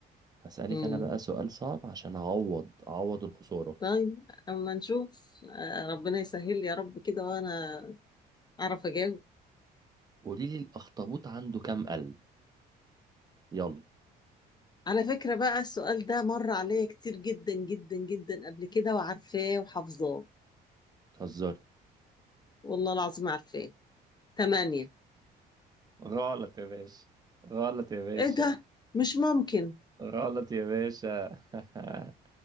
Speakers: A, on the right (about 25°); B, on the left (about 25°).
A: هسألك
B: امم
A: انا بقى سؤال صعب عشان اعوض اعوض الخسارة
B: طيب اما نشوف آه، ربنا يسهل يا رب كده وانا اعرف اجاوب
A: قولي لي الاخطبوط عنده كام قلب يلا
B: على فكرة بقى السؤال ده مر عليا كتير جدا جدا جدا قبل كده وعارفاه وحافظاه
A: تهزري
B: والله العظيم عارفاه تمانية
A: غلط يا باشا غلط يا باشا
B: ايه ده مش ممكن
A: غلط يا باشا <laughs>